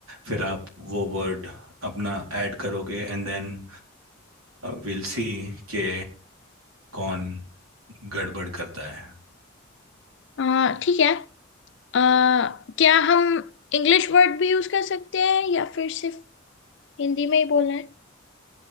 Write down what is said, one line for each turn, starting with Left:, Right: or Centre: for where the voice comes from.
Right: फिर आप वो वर्ड अपना ऐड करोगे एंड देन विल सी के कौन गड़बड़ करता है
Left: आ, ठीक है आ, क्या हम इंग्लिश वर्ड भी यूज कर सकते हैं या फिर सिर्फ हिंदी में ही बोलना है